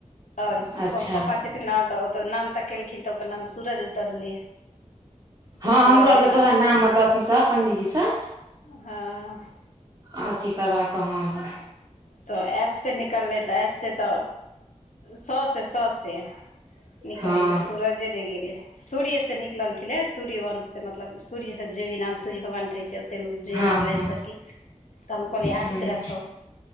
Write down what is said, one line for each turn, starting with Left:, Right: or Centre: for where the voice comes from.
Left: और
Right: अच्छा
Left: पप्पा छथिन न त ओ नाम तकेलखिन त ओकर नाम सूरज उतरलै। तऽ
Right: हँ
Left: सूरजे
Right: हमरो आरके त उहे नाम मतलब अथीसँ पंडीजीसँ
Left: हँं- अं
Right: अथी करबाक हं- हं
Left: त एस से निकललै त एस से त स से स से निकललै
Right: हँ
Left: त सूरजे रहि गेलै सूर्य से निकलल छलै सूर्य वंश। त मतलब सूर्य सँ जे ई नाम सूर्य भगवान कहै छै ओतेकमे जे
Right: हँ
Left: नाम
Right: हँ
Left: राखि
Right: हँ
Left: सकी। त हम कहलिअ आदित
Right: हूं
Left: राखब।